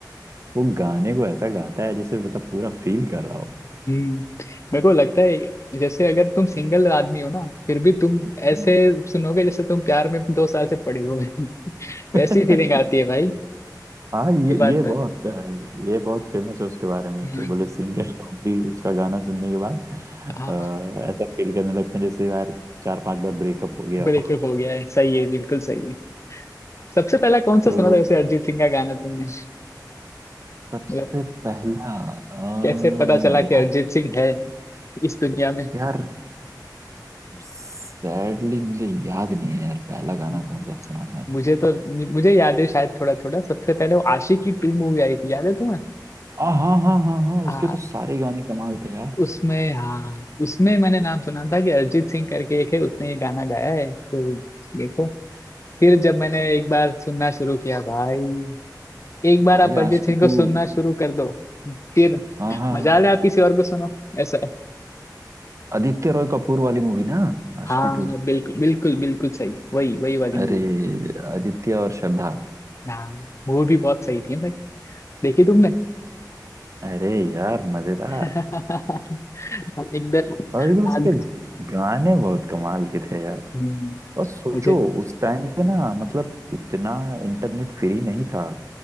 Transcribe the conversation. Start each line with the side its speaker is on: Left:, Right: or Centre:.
Right: वो गाने को ऐसा गाता है जैसे मतलब पूरा फील कर रहा हो
Left: हम्म मेरे को लगता है जैसे अगर तुम सिंगल आदमी हो ना फिर भी तुम
Right: हम्म।
Left: ऐसे सुनोगे जैसे तुम प्यार में दो साल से पड़े हुए हो। <laughs> वैसी
Right: <laughs>
Left: फीलिंग आती है भाई
Right: हाँ ये
Left: ये बात
Right: ये
Left: तो
Right: बहुत
Left: है
Right: अ, ये बहुत फेमस है उसके बारे में
Left: हम्म,
Right: कि बोले सिंगर <laughs> लोग भी उसका गाना सुनने के बाद
Left: हाँ
Right: अ, ऐसा फील करने लगते हैं जैसे यार चार पांच बार ब्रेकअप हो गया
Left: ब्रेकअप
Right: हो
Left: हो गया है सही है बिल्कुल सही है सबसे पहला कौन सा
Right: तो
Left: सुना था वैसे अरिजीत सिंह का गाना तुमने
Right: सबसे
Left: मतलब
Right: पहला अ,
Left: कैसे पता चला कि
Right: यार
Left: अरिजीत सिंह है इस दुनिया में
Right: यार सैडली मुझे याद नहीं है यार पहला गाना
Left: हम्म,
Right: कौन सा सुना था मैंने
Left: मुझे
Right: इसका
Left: तो मुझे याद है शायद थोड़ा थोड़ा सबसे पहले वो आशिकी टू मूवी आई थी याद है तुम्हें
Right: आ, हाँ हाँ हाँ हाँ
Left: आ,
Right: उसके तो सारे गाने कमाल थे यार
Left: उसमें हाँ उसमें मैंने नाम सुना था कि अरिजीत सिंह करके एक है उसने ये गाना गाया है तो देखो फिर जब मैंने एक बार सुनना शुरू किया भाई एक बार
Right: भाई
Left: आप अरिजीत
Right: आशिकी
Left: सिंह को
Right: टू
Left: सुनना शुरू कर दो फिर
Right: हाँ हाँ
Left: मजा
Right: हाँ
Left: ले आप किसी और को सुनो ऐसा है।
Right: आदित्य रॉय कपूर वाली मूवी ना आशिकी
Left: हाँ
Right: टू
Left: बिल्कुल बिल्कुल बिल्कुल सही वही वही वाली
Right: अरे
Left: मूवी
Right: आदित्य और श्रद्धा
Left: हाँ मूवी भी बहुत सही थी भाई देखी तुमने
Right: अरे यार मजेदार
Left: <laughs> एकदम
Right: और क्या उसके
Left: आज
Right: गाने बहुत कमाल के थे यार
Left: हम्म,
Right: और सोचो
Left: मुझे
Right: उस टाइम पे ना मतलब इतना इंटरनेट फ्री नहीं था